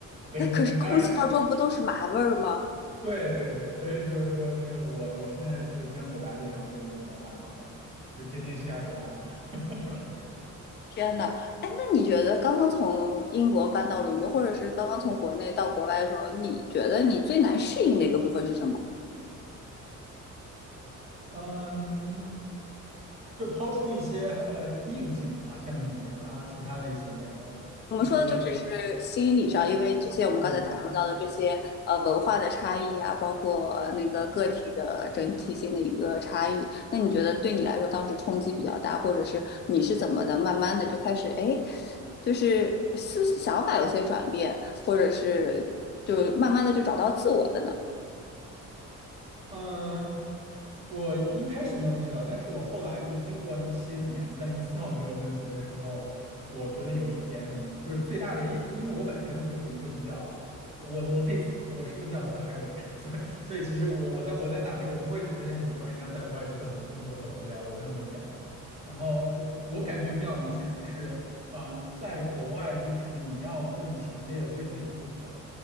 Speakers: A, on the right (about 20°); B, on the left (about 35°).
A: 没事。
B: 那可是空气当中不都是麻味儿吗？
A: 当然，对对对，所以就是说这个我我现在这个经常走大街上，我就能闻到大麻味儿，就天天吸二手大麻。<laughs>
B: 天呐，哎，那你觉得刚刚从英国搬到伦敦，或者是刚刚从国内到国外的时候，你觉得你最难适应的一个部分是什么？
A: 嗯，就抛出一些呃硬技能啊，像语言啊，其他的一些内容，
B: 我们说的就只是心理上，
A: 我我嗯
B: 因为这些我们刚才谈论到的这些呃文化的差异啊，
A: 心理上对，
B: 包括呃那个个体的整体性的一个差异。
A: 嗯
B: 那你觉得对你来说当时冲击比较大，或者是你是怎么的，慢慢的就开始哎，诶就是思想法有些转变，或者是就慢慢的就找到自我的呢？
A: 嗯。嗯，我一开始没有意识到，但是我后来就经过一些年再去思考这个问题的时候，我觉得有一点很，就是最大的，因为因为我本身就是一个比较，我我可以自，我是一个比较自嗨的人，<laughs> 所以所以其实我我在我在哪边，我不会觉得像很多人一样在国外觉得很孤独、很无聊，我没有那种感觉。然后我我感觉比较明显的是，嗯，在国外就是你要更强烈的对自己负责。